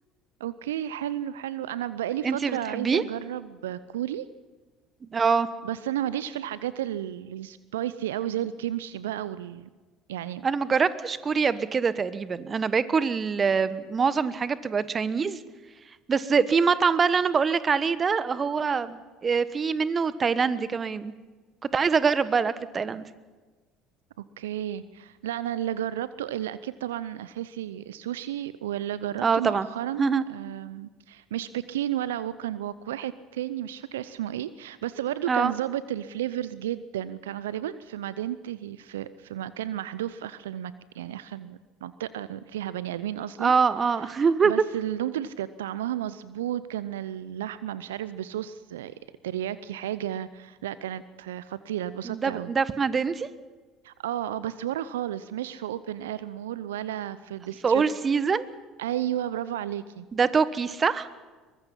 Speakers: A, on the right; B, on the right.
A: اوكي حلو حلو انا بقالي فترة
B: <laughs> انتي بتحبيه؟
A: عايزة اجرب كوري
B: اه
A: بس انا ماليش في الحاجات السبايسي اوي زي الكيمشي بقى وال يعني
B: انا ما جربتش كوري قبل كده تقريبا انا باكل آه، معظم الحاجه بتبقى تشاينيز بس في مطعم بقى اللي انا بقولك عليه ده هو آه، في منه تايلاندي كمان كنت عايزه اجرب بقى الاكل التايلاندي
A: اوكي لا انا اللي جربته اللي اكيد طبعا اساسي السوشي واللي جربته
B: اه طبعا
A: مؤخرا
B: <laughs>
A: أم، مش بكين ولا ووك اند ووك واحد تاني مش فاكره اسمه ايه بس برضو
B: اه
A: كان ظابط الفليفرز جدا كان غالبا في مدينتي في في مكان محذوف في اخر المك يعني اخر منطقه فيها بني ادمين اصلا
B: اه اه
A: بس
B: <laughs>
A: النودلز كانت طعمها مظبوط كان اللحمه مش عارف بصوص آه، ترياكي حاجه لا كانت آه، خطيره اتبسطت
B: ده
A: قوي
B: ده في مدينتي
A: اه اه بس ورا خالص مش في اوبن اير مول ولا في ديستريب
B: في اول سيزون
A: ايوه برافو عليكي
B: ده توكي صح